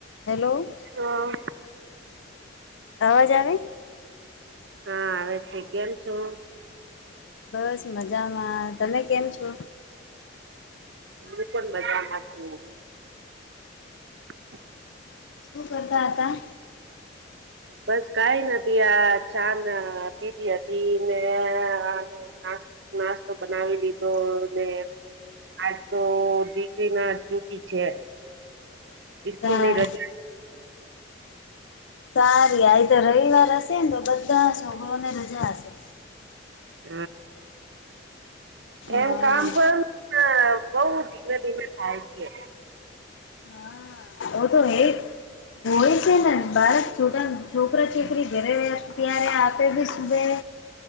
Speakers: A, on the left; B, on the right.
A: Hello.
B: હા.
A: અવાજ આવે.
B: હા આવે છે કેમ છો?
A: બસ મજામાં તમે કેમ છો?
B: હું બી પણ મજા માં છું. <inaudible>
A: શું કરતા હતા?
B: બસ કઈ નથી આ ચા ને પીધી હતી ને આનો ના નાસ્તો બનાવી લીધો ને. આજ તો દીકરી ના છુંટી છે ઈસ્કુલ
A: સા
B: ની રજા
A: સારી આજે તો રવિવાર હશે ને તો બધા સમો ને રજા હશે.
B: એ એમ
A: હા
B: કામ પણ ક બહુ ધીમે ધીમે થાય છે.
A: હા આવજો ને. હોય છે ને બાળક છોટા છોકરા છોકરી ઘરે ત્યારે આપે બી હવે